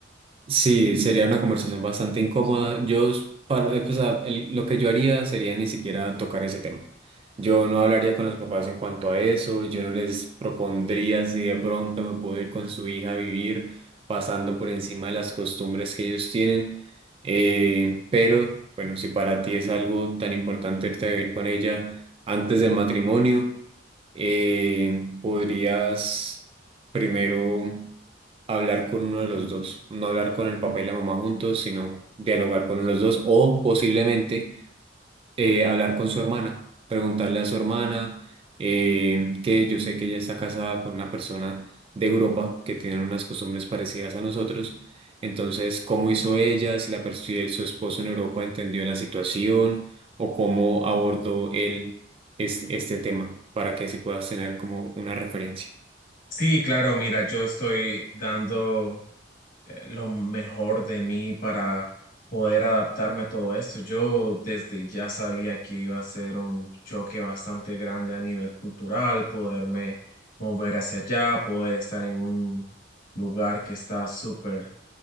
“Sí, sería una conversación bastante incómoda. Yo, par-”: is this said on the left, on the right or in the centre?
Right